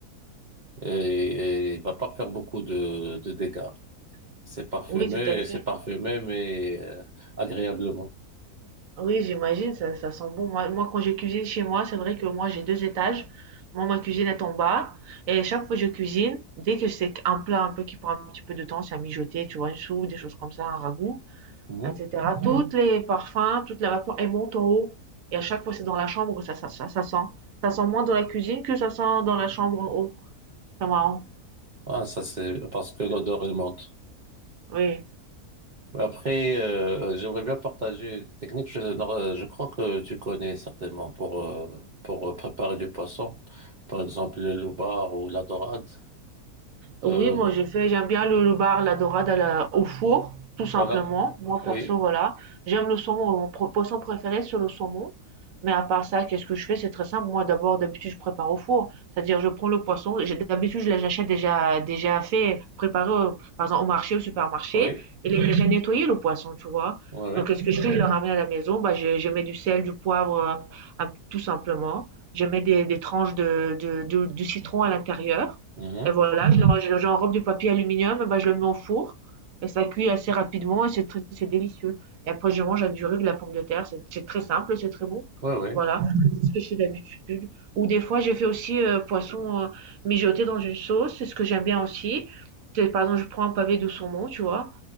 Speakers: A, on the right (about 55°); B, on the right (about 70°).
A: et, et il va pas faire beaucoup de, de dégâts. C'est parfumé,
B: oui, tout à fait.
A: c'est parfumé, mais euh, agréablement.
B: Oui, j'imagine, ça, ça sent bon. Moi, moi, quand je cuisine chez moi, c'est vrai que moi, j'ai deux étages. Moi, ma cuisine est en bas. Et chaque fois que je cuisine, dès que c'est un plat un peu qui prend un petit peu de temps, c'est à mijoter, tu vois, une soupe, des choses comme ça, un ragoût,
A: Mhm.
B: etc. Mhm. Toutes les parfums, toutes les vapeurs, elles montent en haut. Et à chaque fois, c'est dans la chambre que ça, ça, ça, ça sent. Ça sent moins dans la cuisine que ça sent dans la chambre en haut. C'est marrant.
A: Ah, ça c'est parce que l'odeur elle monte.
B: Oui.
A: Après, euh, j'aimerais bien partager une technique. Je, non, je crois que tu connais certainement pour euh, pour préparer du poisson, par exemple le loubar ou la dorade.
B: Oui,
A: Euh,
B: moi j'ai fait, j'aime bien le, le bar, la dorade à la- au four, tout simplement.
A: voilà.
B: Moi
A: Oui,
B: perso, voilà. J'aime le saumon, mon pro- poisson préféré c'est le saumon. Mais à part ça, qu'est-ce que je fais? C'est très simple. Moi d'abord, d'habitude, je prépare au four. C'est-à-dire, je prends le poisson. J'ai- D'habitude, je l'achète déjà, déjà fait, préparé, au- par exemple, au marché, au supermarché.
A: oui,
B: Il est déjà nettoyé, le poisson, tu vois.
A: oui, oui,
B: Donc, qu'est-ce que je fais? Je le ramène à la maison. Bah, je, je mets du sel, du poivre, euh, un- tout simplement. Je mets des, des tranches de, de, de- du citron à l'intérieur.
A: Mhm.
B: Et voilà, je le- je- j'enrobe du papier aluminium, et ben, je le mets au four. Et ça cuit assez rapidement et c'est c'est délicieux. Et après, je mange avec du riz, de la pomme de terre. C'est c'est très simple, c'est très bon.
A: oui, oui.
B: Voilà, c'est ce que je fais d'habitude. Ou des fois, j'ai fait aussi euh, poisson euh, mijoté dans une sauce. C'est ce que j'aime bien aussi. C'est, par exemple, je prends un pavé de saumon, tu vois,